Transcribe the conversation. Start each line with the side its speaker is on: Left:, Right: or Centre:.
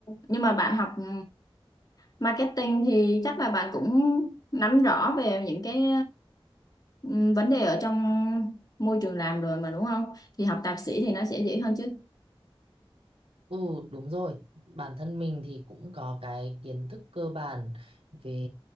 Left: nhưng mà bạn học ừ, Marketing thì chắc là bạn cũng nắm rõ về những cái ừ, vấn đề ở trong môi trường làm rồi mà đúng không? Thì học thạc sĩ thì nó sẽ dễ hơn chứ.
Right: Ừ, đúng rồi. Bản thân mình thì cũng có cái kiến thức cơ bản về